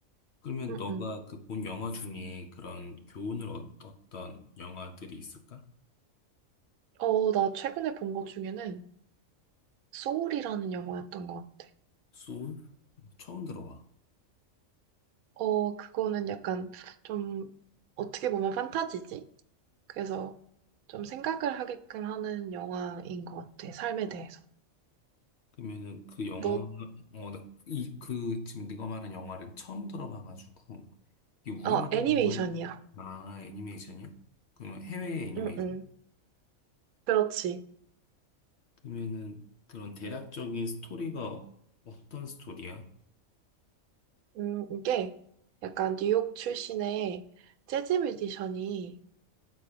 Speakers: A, on the left; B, on the right.
A: 그러면
B: 음,
A: 너가
B: 음.
A: 그 본 영화 중에 그런 교훈을 얻었던 영화들이 있을까?
B: 어, 나 최근에 본 것 중에는 소울이라는 영화였던 것 같아.
A: 소울? 처음 들어봐.
B: 어, 그거는 약간 좀 어떻게 보면 판타지지? 그래서 좀 생각을 하게끔 하는 영화인 것 같아. 삶에 대해서.
A: 그러면은 그 영화,
B: 너,
A: 어, 나 이, 그, 지금 네가 말한 영화를 처음 들어봐가지고, 이게 우리나라
B: 어, 애니메이션이야.
A: 일본 아, 애니메이션이요? 그러면 해외 애니메이션?
B: 응, 응. 그렇지.
A: 그러면은 그런 대략적인 스토리가 어떤 스토리야?
B: 음, 이게 약간 뉴욕 출신의 재즈 뮤지션이